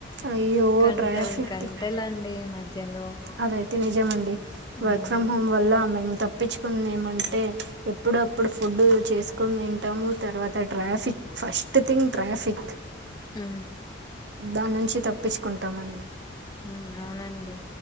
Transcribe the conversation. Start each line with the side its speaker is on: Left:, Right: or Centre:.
Right: అయ్యో
Left: గంటలు
Right: ట్రాఫిక్
Left: గంటల అండి మధ్యలో
Right: అదైతే నిజమేనండి వర్క్
Left: ఉమ్
Right: ఫ్రమ్ హోమ్ వల్ల మేము తప్పించుకుందే ఏమంటే ఎప్పుడప్పుడు ఫుడ్ చేసుకొని తింటాము తర్వాత ట్రాఫిక్ ఫస్ట్ థింగ్ ట్రాఫిక్
Left: ఉ
Right: దాని నుంచి తప్పించుకుంటామండి
Left: ఉ అవునండి